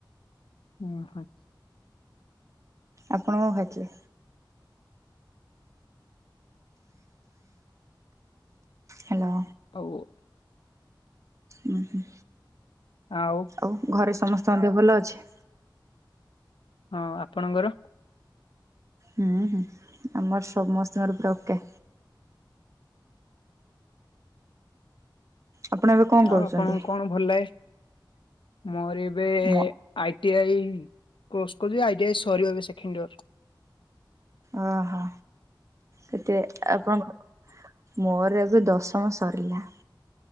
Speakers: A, on the left; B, on the right.
A: ଓ ହ।
B: ଆପଣ କଣ ଖାଇଥିଲେ? ହାଲୋ।
A: ହଉ।
B: ଓୁଁ ହୁଁ।
A: ଆଉ
B: ଆଉ ଘରେ ସମସ୍ତଙ୍କ ଦେହ ଭଲ ଅଛି?
A: ହଁ ଆପଣଙ୍କର?
B: ହୁଁ- ହୁଁ ଆମର ସମସ୍ତଙ୍କର ପୁରା ଓକେ। ଆପଣ ଏବେ କଣ କରୁଛନ୍ତି
A: ଆଉ ଆପଣଙ୍କୁ କଣ ଭଲ ଲାଗେ?
B: ମୋ
A: ଆଇଟି ଆଇ କୋର୍ସ କରୁଚି। ଆଇଟି ଆଇ ସରିବ ଏବେ ସେଖେଣ୍ଡ୍ ଇୟର୍।
B: ଓହୋ କେତେ ଆଉ କଣ। ମୋର ଏବେ ଦଶମ ସରିଲା।